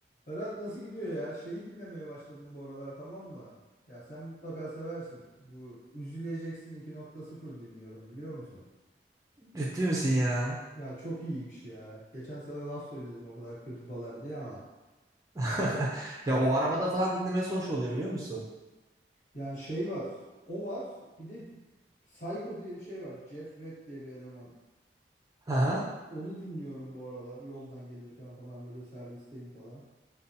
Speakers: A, on the left (about 45°); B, on the right (about 20°).
A: Berat nasıl gidiyor ya? Şeyi dinlemeye başladım bu aralar tamam mı? Ya sen mutlaka seversin. Bu Üzüleceksin iki nokta sıfır dinliyorum biliyor musun?
B: Ciddi misin ya?
A: Ya çok iyiymiş ya. Geçen sana laf söyledim o kadar kötü falan diye ama.
B: <laughs> Ya o arabada falan dinlemesi hoş oluyor biliyor musun?
A: Yani şey var. O var. Bir de Psycho diye bir şey var. Jeff Red diye bir eleman.
B: Aha.
A: Ya onu dinliyorum bu aralar. Yoldan gelirken falan böyle servisteyim falan.